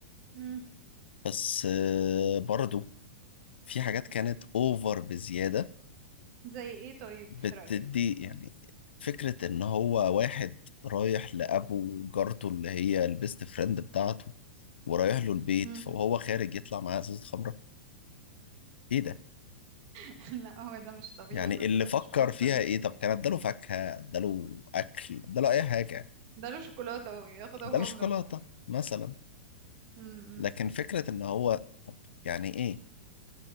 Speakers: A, on the right; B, on the left.
A: مم.
B: بس آه برضو في حاجات كانت اوفر بزيادة
A: زي ايه طيب
B: بتدي
A: في رأيك
B: يعني فكرة إن هو واحد رايح لأبو وجارته اللي هي البيست فريند بتاعته ورايح له البيت
A: مم.
B: فهو خارج يطلع معاه إزازة خمرة إيه ده؟
A: <laughs> لا هو ده مش طبيعي
B: يعني
A: برضه
B: اللي
A: ده
B: فكر
A: مش بيحصل
B: فيها
A: هنا
B: إيه
A: في
B: طب كان
A: مصر
B: إداله فاكهة إداله أكل إداله أي حاجة يعني
A: ده له شوكولاتة اهو ياخدها
B: إداله
A: وهو
B: شوكولاتة
A: مروح
B: مثلا
A: امم
B: لكن فكرة إن هو طب يعني إيه؟